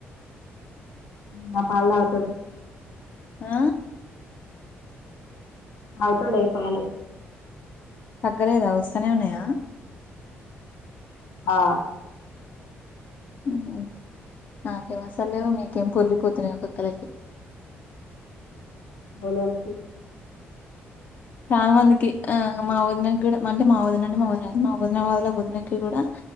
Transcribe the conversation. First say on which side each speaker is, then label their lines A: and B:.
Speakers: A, on the left; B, on the left.
A: నా పాలు తాగుతాడు
B: ఆ
A: తాగుతాడే పాలు
B: తగ్గలేదా వస్తానే ఉన్నాయా
A: ఆ
B: మ్ నాకేం అస్తలేవు మీకేం పొంగిపోతున్నాయి ఒక్కోక్కలికి
A: ఏవ్వలేవలకు
B: చాలా మందికి ఆ మా వదినకి కూడా అంటే మా వదిన అంటే మా వదిన కాద్ మా వదిన వాళ్ళ వదినకి కూడా